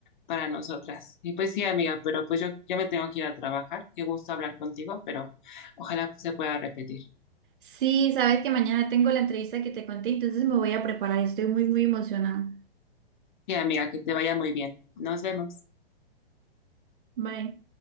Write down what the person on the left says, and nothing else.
para nosotras. Y pues sí, amiga, pero pues yo, yo me tengo que ir a trabajar. Qué gusto hablar contigo, pero ojalá pues, se pueda repetir.
Sí, amiga, que te vaya muy bien. Nos vemos.